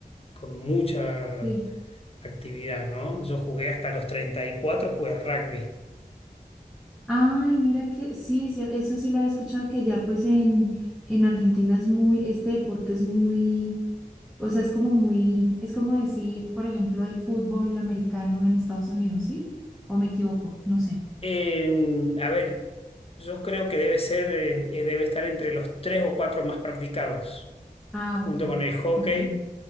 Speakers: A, on the left; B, in the centre.
A: con mucha
B: Sí.
A: actividad, ¿no? Yo jugué hasta los 34 jugué al rugby.
B: Ay, mira que sí, sí, eso sí lo había escuchado que allá pues en, en Argentina es muy, este deporte es muy O sea, es como muy, es como decir, por ejemplo, el fútbol americano en Estados Unidos, ¿sí? ¿O me equivoco? No sé.
A: En- a ver, yo creo que debe ser, en- eh, debe estar entre los tres o cuatro más practicados,
B: Ah, ok,
A: junto con el hockey,
B: ok. ok.